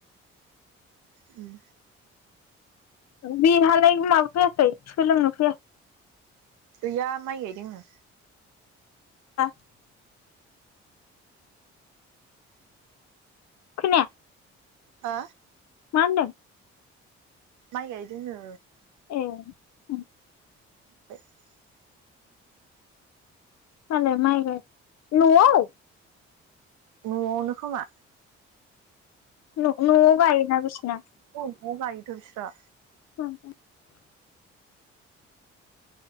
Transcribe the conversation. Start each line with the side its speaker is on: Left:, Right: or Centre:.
Right: उम
Left: बि हालाय <unintelligible> सोलोंनो फैया <unintelligible>
Right: गैया माइ गायदोंनो
Left: <unintelligible> खोनाया
Right: हो
Left: मा होनदों।
Right: माइ गायदों नो
Left: ए उम
Right: <inaudible>
Left: <unintelligible> माइ गाय न'आव
Right: न'आवनो खोमा
Left: न न'आव गायो ना बिसिना‌
Right: औ न'आव गायोथ बिस्रा
Left: <inaudible>